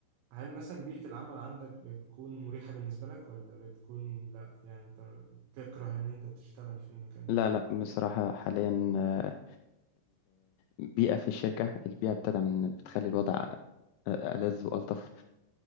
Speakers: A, on the right (about 85°); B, on the left (about 85°).
A: هل مثلا بيئة العمل عندك بتكون مريحة بالنسبة لك ولا بتكون لأ يعني أنت تكره إن أنت تشتغل في المكان
B: لا
A: ده؟
B: لا بصراحة حاليا آه، البيئة في الشركة البيئة بتدعم بتخلي الوضع آه، ألذ وألطف